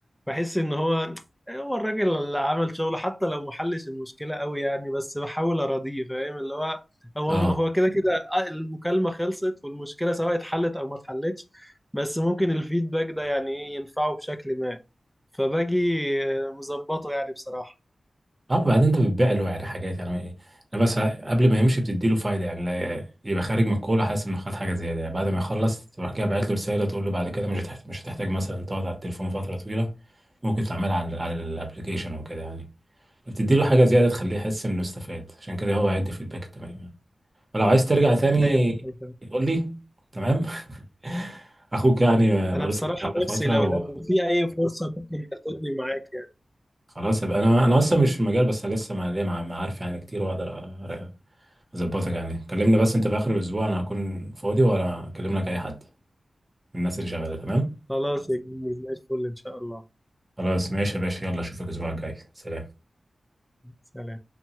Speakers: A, in the centre; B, on the right (about 30°).
A: بحس ان هو هو الراجل اللي عمل شغله حتى لو ما حلش المشكله قوي يعني بس بحاول اراضيه فاهم اللي هو هو
B: اه
A: هو كده كده آه، المكالمه خلصت والمشكله سواء اتحلت او ما اتحلتش بس ممكن الفيدباك ده يعني ايه ينفعه بشكل ما فباجي آه، مظبطه يعني بصراحه
B: اه بعدين انت بتبيع له يعني حاجات يعني ايه انا بس قبل ما يمشي بتدي له فايده يعني لا- يبقى خارج من الكوره حاسس انه خد حاجه زياده يعني بعد ما يخلص تروح كده باعت له رساله تقول له بعد كده مش هتحتاج مش هتحتاج مثلا تقعد على التليفون فتره طويله ممكن تعملها على على الابلكيشن وكده يعني بتدي
A: امم
B: له حاجه زياده
A: ده-
B: تخليه يحس انه استفاد عشان كده هو هيدي فيدباك تمام يعني ولو عايز ترجع تاني
A: ايوه أيوة.
B: قول لي تمام <laughs> اخوك يعني
A: انا
B: بقاله
A: بصراحه
B: في المجال ده فتره
A: نفسي لو لو في اي فرصه ممكن تاخدني معاك يعني
B: وخلاص يبقى انا انا اصلا مش في المجال بس لسه ما ليا مع- معارف يعني كتير واقدر ظبطك يعني كلمني بس انت في اخر الاسبوع انا هكون فاضي ولا اكلم لك اي حد من الناس اللي شغاله تمام
A: خلاص يا جميل زي الفل ان شاء الله
B: خلاص ماشي يا باشا يلا اشوفك الاسبوع الجاي سلام
A: سلام